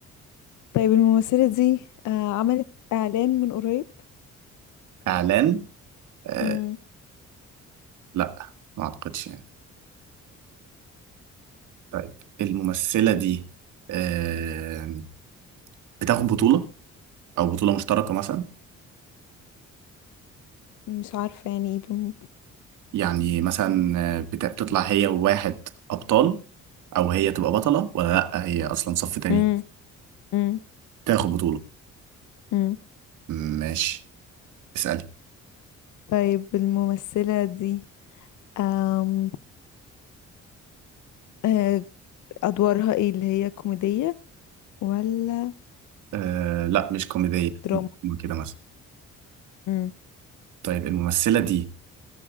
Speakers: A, on the left; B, on the right.
A: طيب الممثلة دي آه عملت إعلان من قريب
B: إعلان آه
A: مم.
B: لا ما أعتقدش يعني طيب الممثلة دي آه، بتاخد بطولة أو بطولة مشتركة مثلا
A: مش عارفة يعني ايه بم...
B: يعني مثلا آه، بت- بتطلع هي وواحد أبطال أو هي تبقى بطلة ولا لأ هي أصلا صف تاني
A: مم. مم.
B: تاخد بطولة
A: مم.
B: ماشي اسألي
A: طيب الممثلة دي أم... آه، أدوارها ايه اللي هي كوميدية ولا
B: أه لا مش كوميدية
A: دراما
B: كده مثلا
A: مم.
B: طيب الممثلة دي